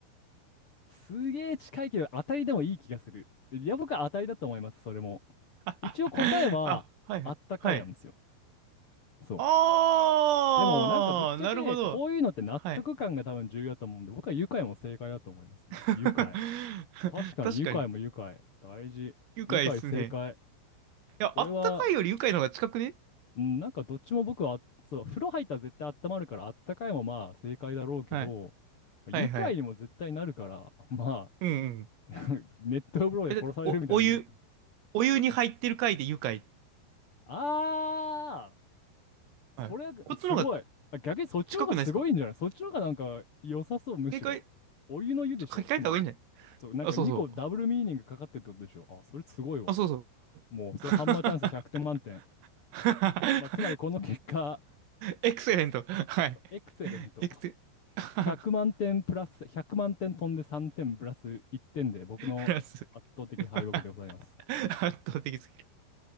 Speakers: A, on the left; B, on the right.
A: すげえ近いけど当たりでもいい気がする。いや、僕は当たりだと思います、それも。
B: <laughs>
A: 一応答えはあったかいなんですよ。
B: あ、はいはい。はい。
A: そう。
B: あー、
A: でもなんかぶっちゃけこういうのって納得感が多分重要だと思うんで、
B: なるほど。はい。
A: 僕は愉快も正解だと思いますね。
B: <laughs>
A: 愉快。確かに愉快も愉快。
B: 確かに。
A: 大事。
B: 愉快ですね。
A: 愉快正解。いや、
B: いや、
A: これは、
B: あったかいより愉快の方が近くね。
A: うん、なんかどっちも僕は、そう、風呂入ったら絶対温まるからあったかいもまあ正解だろうけど、
B: はい。
A: 愉快にも絶対なるから、
B: はいはい。
A: ま
B: うんうん。
A: あ、<laughs> 熱湯風呂で殺されるみたいなの
B: え、だって、お、お湯、お湯に入ってる回で愉快。
A: ああ、それはすごい。
B: はい。こっちの方が
A: あ、逆にそっちの方がすごいんじゃないそっちの方がなんか良さそう、
B: 近くないですか
A: むしろ。
B: 正解、
A: お湯の湯でしょ、
B: 書き換えた方がいいんじゃない
A: つまり。そう、なんか2個ダブルミーニングかかってるってことでしょ。
B: あ、そうそう。
A: あ、それすごいわ。
B: あ、そうそう。
A: もう、それハンマーチャンス100点満点。
B: <laughs> <laughs>
A: まあ、つまりこの結果、
B: エクセレント。はい。
A: エクセレント。
B: エクセ、<laughs>
A: 100万点プラス、100万点飛んで3点プラス1点で、僕の圧倒的敗北でございます。
B: フランス。<laughs> 圧倒的すぎる。